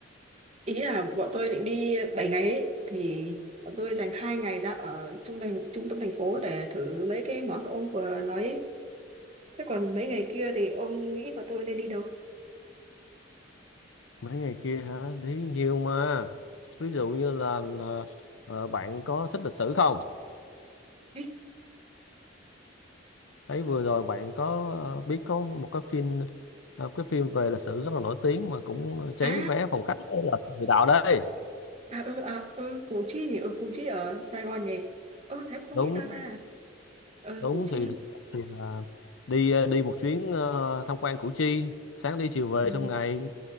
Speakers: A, on the right; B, on the left.
A: ý là bọn tôi định đi bảy ngày ấy, thì bọn tôi dành hai ngày ra ở trung tâm trung tâm thành phố để thử mấy cái món ông vừa nói ấy. thế còn mấy ngày kia thì ông nghĩ bọn tôi nên đi đâu
B: mấy ngày kia hả đi nhiều mà ví dụ như là, là ờ, bạn có thích lịch sử không
A: đi
B: thấy vừa rồi bạn có ờ, biết có một cái phim ờ, cái phim về lịch sử rất là nổi tiếng mà cũng cháy
A: à
B: vé phòng khách là địa đạo đây
A: à ừ à, ừ Củ Chi nhỉ ừ Củ Chi ở Sài Gòn nhỉ ừ thế mà không
B: đúng
A: nghĩ ra ta ừ
B: đúng
A: Củ Chi
B: thì, thì là đi ờ, đi một chuyến ờ, tham quan Củ Chi sáng đi chiều về
A: ừ.
B: trong ngày